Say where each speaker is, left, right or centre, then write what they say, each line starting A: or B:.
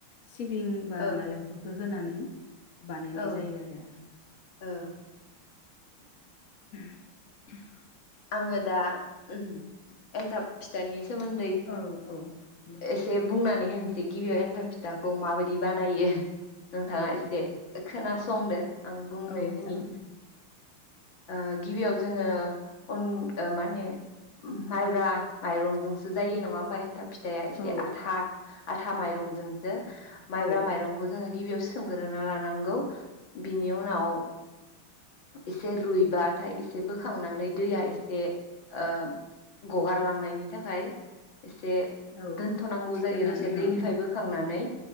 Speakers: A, on the left (about 45°); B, on the left (about 65°).
A: सिबिं
B: औ
A: बा नालेंखरखो। होनानै। बानायनाय
B: औ
A: जायो आरो ओम।
B: औ
A: <inaudible>
B: आङो दा ओहोम एन्थाब फिथानि। सोमोन्दै
A: आरो औ औ
B: एसे बुंनानै। होनसै गिबियाव एन्थाब फिथाखौ माबायदि बानायो। नोंथाङा
A: औ
B: एसे
A: दे
B: खोनास। संदो। आं बुंनो
A: औ
B: होननि।
A: जागोन
B: ओ गिबियाव जोङो। अन ओ माने माइब्रा माइरंजोंसो जायो नङा ओमबा? एनथाबथ फि दाया एसे
A: औ
B: आथा। आथा माइरंजोंसो। माइब्रा
A: औ
B: माइरंखौ जोङो गिबियाव सो। सोमग्रोना लानांगौ बिनि उनाव इसे रुइबाथाय इसे बोखांनानै। दैया एसे ओ गगारलांनायनि थाखाय। एसे
A: औ
B: दोनथ'नांगौ
A: थिखोनानै
B: जायो दसे दैनिफ्राय
A: औ
B: बोखांनानै